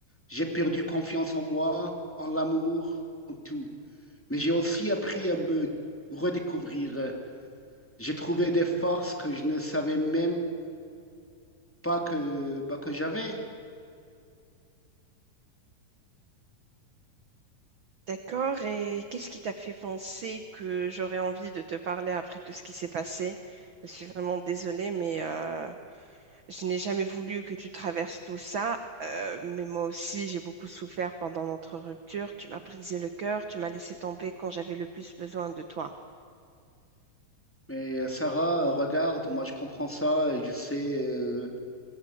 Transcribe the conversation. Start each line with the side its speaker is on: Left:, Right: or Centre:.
Centre: J'ai perdu confiance en moi, en l'amour, en tout. Mais j'ai aussi appris à me redécouvrir. J'ai trouvé des forces que je ne savais même pas que, bah, que j'avais.
Right: D'accord, et qu'est-ce qui t'a fait penser que j'aurais envie de te parler après tout ce qui s'est passé? Je suis vraiment désolée, mais euh, je n'ai jamais voulu que tu traverses tout ça. Euh, mais moi aussi, j'ai beaucoup souffert pendant notre rupture. Tu m'as brisé le cœur, tu m'as laissé tomber quand j'avais le plus besoin de toi.
Centre: Mais euh, Sarah, regarde, moi je comprends ça et je sais euh,